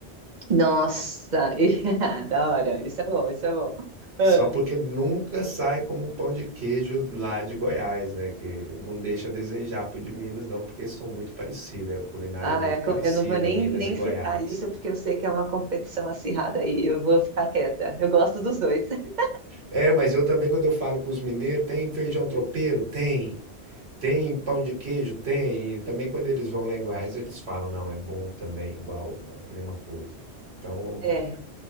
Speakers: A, on the right; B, on the right.
A: Nossa, <laughs> e- ah, da hora. Isso é bom, isso é bom. Ah,
B: Só porque nunca sai como um pão de queijo lá de Goiás, né? Que não deixa a desejar pro de Minas, não, porque são muito parecidos, né, a culinária
A: ah,
B: é muito
A: é co-
B: parecida,
A: eu não vou nem,
B: Minas
A: nem
B: e Goiás.
A: citar isso porque eu sei que é uma competição acirrada aí. Eu vou ficar quieta. Eu gosto dos dois. <laughs>
B: É, mas eu também, quando eu falo com os mineiros, tem feijão tropeiro? Tem. Tem pão de queijo? Tem. E também quando eles vão lá em Goiás, eles falam, não, é bom também, igual, é a mesma coisa. Então,
A: É.